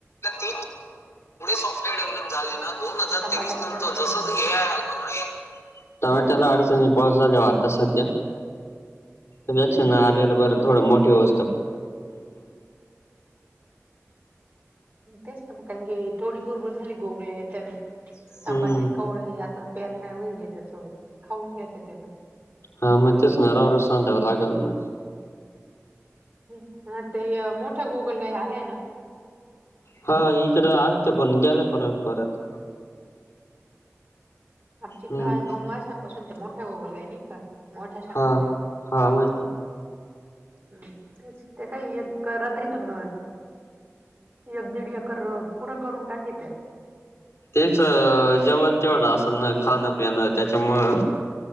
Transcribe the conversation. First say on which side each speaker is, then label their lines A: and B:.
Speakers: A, on the left; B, on the right.
A: े सॉफ्टवेअर डेव्हलप झाले ना दोन हजार
B: टमाट्याला
A: तेवीस नंतर
B: परत हम्म,
A: जस ए आय. टमॅट्याला अडचणी पाऊस झालेवर आता सध्या त्यापेक्ष ना आलेलं बरं थोडं मोठी वस्त
B: तेच ना म कारण की थोडी बरबर झाली गोगले त्या
A: हम्म
B: तंबाटे कवळे आता पेरण्या होईल त्याच खाऊन घेते त्या
A: हा मग तेच नरावर सांधावं लागेल मग
B: हा ते मोठा गोगल काही आलाय ना.
A: हा इकड आले ते पण गेले परत परत
B: आमच्याकडं
A: हम्म
B: दोन वर्षापासून ते मोठ्या गोगुोलग आहे नाही का मोठ्या शंकाज्या
A: हा हा मा.
B: हम ते काय एक रात्रीतून एक दीड एकर पुरां करून टाकीित.
A: तेच जेवण तेवढं असेल ना खाणं पिणं त्याच्यामुळं.